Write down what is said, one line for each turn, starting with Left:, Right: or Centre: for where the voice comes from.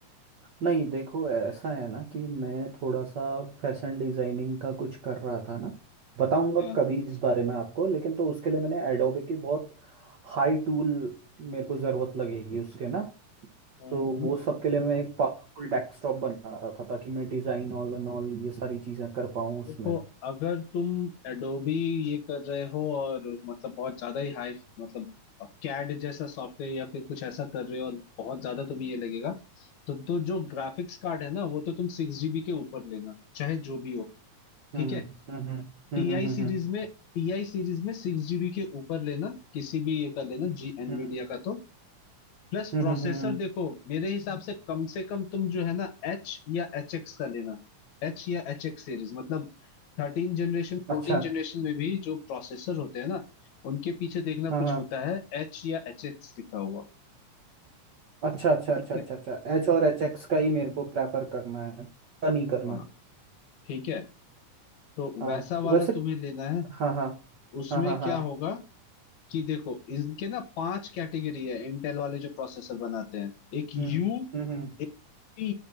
Right: नहीं देखो ऐसा है ना कि मैं थोड़ा सा फैशन डिजाइनिंग का कुछ कर रहा था ना बताऊंगा
Left: हाँ
Right: कभी इस बारे में आपको लेकिन तो उसके लिए मैंने एडोबे के बहुत हाई टूल मेरे को ज़रूरत लगेगी उसके ना
Left: हम्म
Right: तो
Left: हम्म।
Right: वो सब के लिए मैं एक पावरफुल डेस्कटॉप बना रहा था ताकि मैं डिज़ाइन ऑल एंड ऑल ये सारी चीज़ें कर पाऊँ उसमें
Left: देखो अगर तुम एडोबी ये कर रहे हो और मतलब बहुत ज्यादा ही हाई मतलब कैड जैसा सॉफ्टवेयर या फिर कुछ ऐसा कर रहे हो और बहुत ज्यादा तुम्हें ये लगेगा तो, तो जो ग्राफिक्स कार्ड है ना वो तो तुम सिक्स जीबी के ऊपर लेना चाहे जो भी हो
Right: हम्म
Left: ठीक है
Right: हम्म हम्म हम्म
Left: टीआई
Right: हम्म हम्म,
Left: सीरीज
Right: हम्म।
Left: में टीआई सीरीज में सिक्स जीबी के ऊपर लेना किसी भी ये कर लेना जी एनवीडिया
Right: हम्म
Left: का तो प्लस
Right: हम्म
Left: प्रोसेसर
Right: हम्म, हम्म, हम्म,
Left: देखो मेरे हिसाब से कम से कम तुम जो है ना एच या एच एक्स का लेना एच या एच एक्स सीरीज मतलब थर्टीन जनरेशन फोर्टीन
Right: अच्छा
Left: जनरेशन में भी जो प्रोसेसर होते हैं ना उनके पीछे देखना
Right: हाँ
Left: कुछ
Right: हाँ
Left: होता है एच या एच एक्स लिखा हुआ
Right: अच्छा अच्छा अच्छा
Left: ठीक
Right: अच्छा
Left: है
Right: अच्छा एच और एच एक्स का ही मेरे को प्रेफर करना है पता नहीं करना
Left: हाँ ठीक है तो
Right: हाँ
Left: वैसा वाला
Right: वैसे
Left: तुम्हें लेना है
Right: हाँ हाँ
Left: उसमें
Right: हाँ हाँ हाँ
Left: क्या होगा कि देखो इनके ना पांच कैटेगरी है इंटेल वाले जो प्रोसेसर बनाते हैं एक यू
Right: हम्म हम्म
Left: एक पी